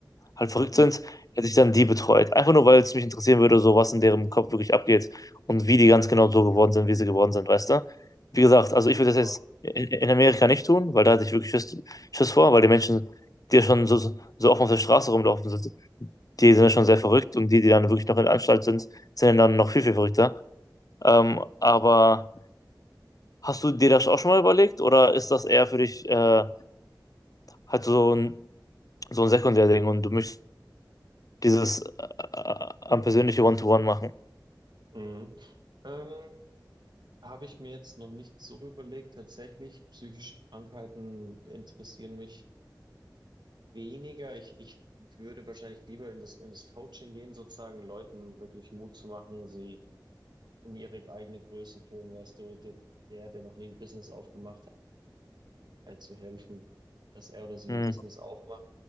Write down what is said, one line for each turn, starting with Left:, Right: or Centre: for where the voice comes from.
Left: halt verrückt
Right: Mhm.
Left: sind, hätte ich dann die betreut. Einfach nur, weil es mich interessieren würde, so was in deren Kopf wirklich abgeht und wie die ganz
Right: Mhm.
Left: genau so geworden sind, wie sie geworden sind, weißt du? Wie gesagt, also ich würde das jetzt
Right: Voll.
Left: in, in Amerika nicht tun, weil da hatte ich wirklich Schiss, Schiss vor, weil die Menschen, die ja schon so, so offen auf der Straße rumlaufen sind, die
Right: Mhm.
Left: sind ja schon sehr verrückt und die, die dann wirklich noch in der Anstalt sind, sind ja dann noch viel, viel verrückter. Ähm, aber hast du dir das auch schon mal überlegt oder ist das eher für dich äh, halt so ein so ein Sekundärding und du möchtest dieses äh, äh, am persönliche One-to-One machen.
Right: Mhm. Ähm, habe ich mir jetzt noch nicht so überlegt. Tatsächlich, psychische Krankheiten interessieren mich Weniger, ich, ich würde wahrscheinlich lieber in das, in das Coaching gehen, sozusagen Leuten wirklich Mut zu machen, sie in ihre eigene Größe führen, weißt du, den, der, der noch nie ein Business aufgemacht hat, halt zu helfen, dass er oder sie
Left: Hm,
Right: ein Business aufmacht.